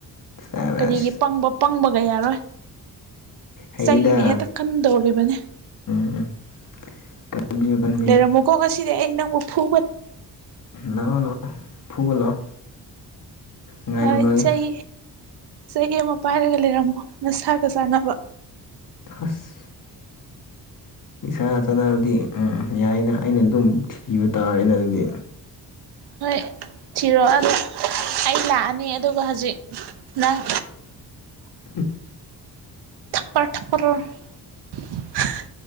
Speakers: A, on the left (about 50°); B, on the right (about 70°).
A: ꯁꯕꯥꯁ
B: ꯀꯔꯤꯒꯤ ꯄꯪꯕ ꯄꯪꯕꯒ ꯌꯥꯔꯣꯏ
A: ꯍꯩꯗ
B: ꯆꯩꯅꯦ ꯍꯦꯛꯇ ꯀꯟꯗꯧꯔꯤꯕꯅꯦ
A: ꯎꯝ ꯎꯝ ꯀꯟꯕꯤꯌꯨ ꯀꯟꯕꯤꯌꯨ
B: ꯂꯩꯔꯝꯃꯣꯀꯣ ꯉꯁꯤꯗꯤ ꯑꯩ ꯅꯪꯕꯨ ꯐꯨ
A: ꯂꯥꯛꯑꯣ ꯂꯥꯛꯑꯣ ꯐꯨꯕ ꯂꯥꯛꯑꯣ ꯉꯥꯏꯔꯝꯂꯒꯦ
B: ꯍꯣꯏ ꯆꯩ ꯆꯩ ꯑꯃ ꯄꯥꯏꯔꯒ ꯂꯩꯔꯝꯃꯣ ꯅꯁꯥꯒ ꯆꯥꯟꯅꯕ
A: ꯍꯨꯁ ꯏꯁꯥꯒ ꯆꯥꯟꯅꯕꯗꯤ ꯎꯝ ꯌꯥꯏꯅ ꯑꯩꯅ ꯑꯗꯨꯝ ꯊꯤꯕ ꯇꯥꯔꯦꯅ ꯑꯗꯨꯗꯤ
B: ꯍꯣꯏ ꯊꯤꯔꯣ ꯑꯗꯣ ꯑꯩ ꯂꯥꯛꯑꯅꯤ ꯑꯗꯨꯒ ꯍꯧꯖꯤꯛ ꯅꯪ
A: ꯍꯝ
B: ꯊꯄꯔ ꯊꯄꯔ ꯍꯥ